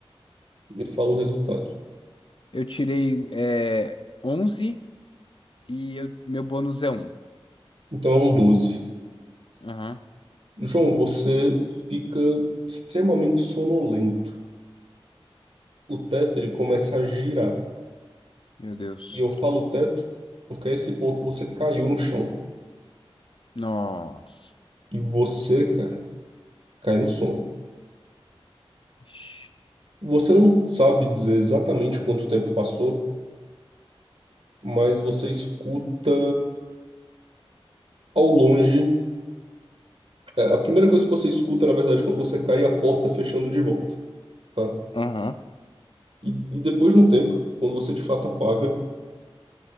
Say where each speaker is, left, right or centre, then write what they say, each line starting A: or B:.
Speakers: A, on the right; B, on the left.
A: Me fala o resultado.
B: Eu tirei é, onze e eu- meu bônus é um
A: Então é um 12.
B: Aham,
A: João, você fica extremamente sonolento. O teto ele começa a girar.
B: meu Deus.
A: E eu falo teto porque a esse ponto você caiu no chão.
B: Nossa.
A: E você, cara, cai no sono.
B: Ixi.
A: Você não sabe dizer exatamente quanto tempo passou, mas você escuta ao longe. é, A primeira coisa que você escuta, na verdade, quando você cai é a porta fechando de volta, tá?
B: Aham,
A: E, e depois de um tempo, quando você de fato apaga,